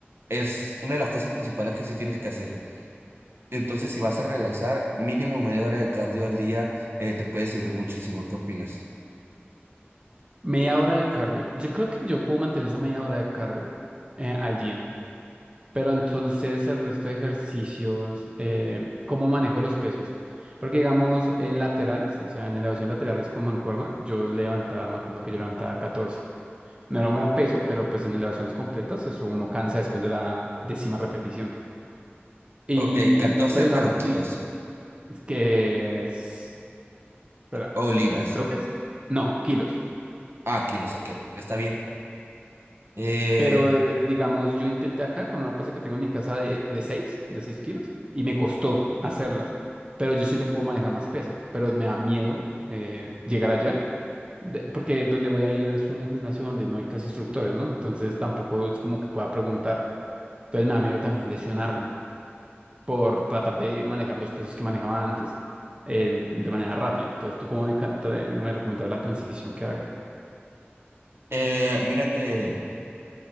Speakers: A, on the right; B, on the right.
A: es una de las cosas principales que sí tienes que hacer. Entonces, si vas a regresar, mínimo media hora de cardio al día, eh, te puede servir muchísimo. ¿Qué opinas?
B: media hora de cardio, yo creo que yo puedo mantener esa media hora de cardio eh, al día. Pero entonces el resto de ejercicios, eh, ¿cómo manejo los pesos? Porque digamos en laterales, o sea, en elevación laterales con mancuerna, yo levantaba, me acuerdo que yo levantaba catorce No era un gran peso, pero pues en elevaciones completas eso uno cansa después de la décima repetición. Y,
A: Ok, 14
B: pero digamos,
A: pero
B: di-
A: kilos
B: que es, espera,
A: o libras.
B: 18 creo que es, no, kilos.
A: Ah, kilos, ok, está bien. Eh,
B: Pero eh, digamos, yo intenté acá con una pesa que tengo en mi casa de, de seis de 6 kilos, y me costó hacerlas. Pero yo siento que puedo manejar más peso, pero me da miedo eh, llegar allá, de- porque donde voy a ir es un gimnasio donde no hay casi instructores, ¿no? Entonces tampoco es como que pueda preguntar. Entonces me da miedo también lesionarme por tratar de manejar los pesos que manejaba antes eh, de manera rápida. Entonces, ¿tú cómo me, can- tra- me recomiendas la transición que haga?
A: eh, mira que